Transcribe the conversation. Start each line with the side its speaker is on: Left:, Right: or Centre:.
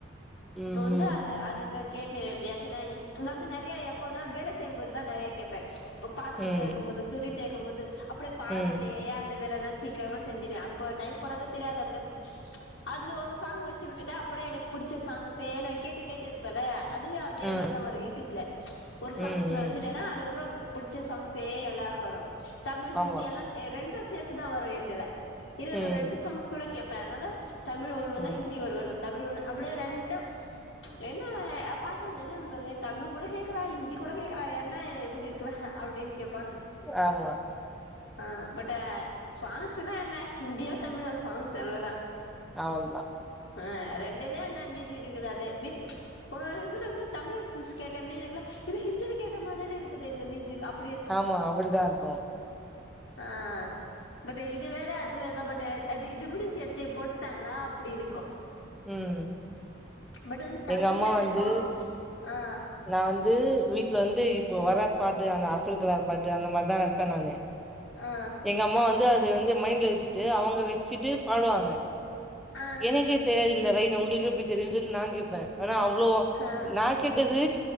Centre: ம்
Left: அப்ப வந்து அது அதுல்ல கேட்டு எப்பியாச்சுன்னா உன்ன வந்து நெறைய எப்பனா வேல செய்யும்போதுதா நெறைய கேப்ப அப்ப பாத்துரத்த
Centre: ம்
Left: வெளக்கும் போது துணி தொவைக்கும் போது அப்டியே பாடிட்டே
Centre: ம்
Left: அந்த வேல எல்லா சீக்கிரமா செஞ்சுடுவ அப்ப டைம் போறதே தெரியாது அப்டியே அதுல ஒரு சாங் வெச்சு விட்டுட்டா அப்டியே எனக்கு புடுச்ச சாங் சேர் நா கேட்டு கேட்டு இருப்பனா அதுலயு அதே
Centre: ஆ
Left: மாரிதா வரு யூடியூப்ல ஒரு
Centre: ம்
Left: சாங்ஸ்ல
Centre: ம்
Left: வெச்சுட்டன்னா அதுக்கப்பறோ புடுச் புடுச்ச சாங்ஸே எல்லாரு வரு தமிழ் ஹிந்தி
Centre: ஆமா
Left: எல்லா ரெண்டுஸ் சேத்துதா வரு எந்துல இது
Centre: ம்
Left: ரெண்டு சாங்ஸ் கூட கேப் பேனல்லு தமிழ் ஒரு வந்தா
Centre: ம்
Left: ஹிந்தி ஒரு வரு தமிழ் அப்டியே ரெண்டு என்ன பாக்குறவங்க என்ன நெனைப்பாங்க தமிழ் கூட கேக்குறா ஹிந்தி கூட கேக்குறா என்ன இப்டி இருக்குறா அப்டின் கேப்பாங்க
Centre: ஆமா
Left: ஆ பட்டு சாங்ஸ்தா இல்ல ஹிந்தியோ தமிழோ சாங்ஸ் அவ்ளோதா
Centre: அவ்ளதா
Left: ஆ ரெண்டுல என்ன மியூசிக் இருக்குது அதே மியூசிக் ஒரே இதுல வந்து தமிழ் கேட்ட மியூசிக்ல இது ஹிந்திய கேட்ட மாதிரி இருக்குது இந்த மியூசிக் அப்
Centre: ஆமா அப்டிதா இருக்கு
Left: ஆ பட் இது வேற அது வேறதா பட்டு அது இது முடி சேத்து போட்டாங்களா அப்டி இருக்கு
Centre: ம்
Left: பட் வந்து தமிழ்ல
Centre: எங்க அம்மா வந்து
Left: சாங்ஸ் ஆ
Centre: நா வந்து வீட்ல வந்து இப்போ வர பாட்டு அந்த அசல் கலார பாட்டு அந்த மாரிதா வெப்ப நானு
Left: ஆ
Centre: எங்க அம்மா வந்து அ அது வந்து மைண்ல வெச்சுட்டு அவங்க வெச்சுட்டு பாடுவாங்க
Left: ஆ
Centre: எனக்கு தெரியாது இந்த லை உங்களுக்கு எப்டி தெரிஞ்சது நா கேப்பே ஆனா அவ்ளோ
Left: ஆ
Centre: நா கேட்டது